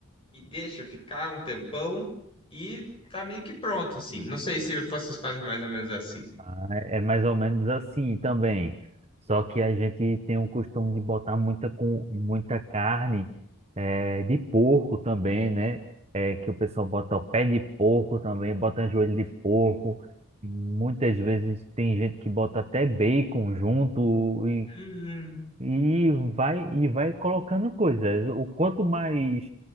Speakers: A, on the left (about 25°); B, on the right (about 30°).
A: E deixa ficar um tempão e tá meio que pronto, assim. Não sei se vocês fazem mais ou menos assim.
B: Ah, É é mais ou menos assim também. Só que a gente tem o costume de botar muita, com, muita carne eh, de porco também, né? Eh, que o pessoal bota o pé de porco também, bota joelho de porco. Muitas vezes tem gente que bota até bacon junto e,
A: Hum,
B: e vai e vai colocando coisas. O quanto mais